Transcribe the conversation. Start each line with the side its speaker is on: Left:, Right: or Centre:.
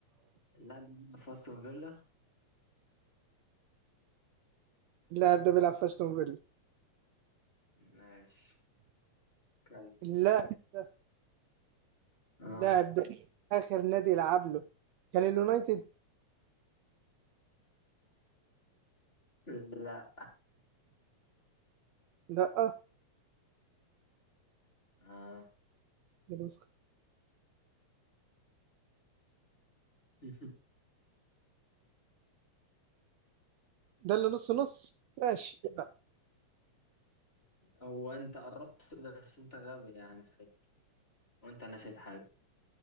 Left: اللاعب ده بيلعب في استون فيلا
Right: اللاعب ده بيلعب في استون فيلا
Left: ماشي كم
Right: اللاعب ده
Left: اه
Right: اللاعب ده اخر نادي لعب له كان اليونايتد
Left: لا
Right: لا
Left: اه
Right: ده نص-
Left: <laughs>
Right: ده اللي نص نص ماشي لا
Left: هو انت قربت بس انت غبي يعني في حته وانت نسيت حاجه